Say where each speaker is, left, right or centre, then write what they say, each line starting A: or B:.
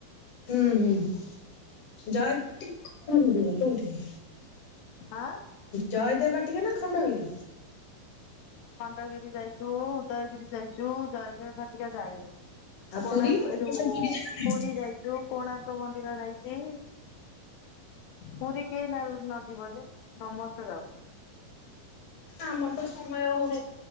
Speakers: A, on the left (about 50°); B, on the left (about 80°).
A: ହୁଁ ହୁଁ ଜୟଦେବ ଭାଟିକା କୋଉଠିକି ଯିବ କୋଉଠିକି।
B: ଆଁ।
A: ଜୟଦେବ ବାଟିକା ନା ଖଣ୍ଡଗିରି।
B: ଖଣ୍ଡଗିରି ଯାଇଛୁ ଉଦୟଗିରି ଯାଇଛୁ ଜୟଦେବ ଭାଟିକା ଯାଇନୁ।
A: ଆଉ
B: କୋଣାର୍କ
A: ପୁରୀ
B: ଏ ଯଉ
A: ବର୍ଷ ପୁରୀ ଯିବାନି
B: ପୁରୀ ଯାଇଚୁ। ଯଉ କୋଣାର୍କ ମନ୍ଦିର ଯାଇଚି। ପୁରୀ କିଏ ନଯିବ ଯେ ସମସ୍ତେ ଯାଉଛନ୍ତି।
A: ଆମର ତ ସମୟ ହଉନି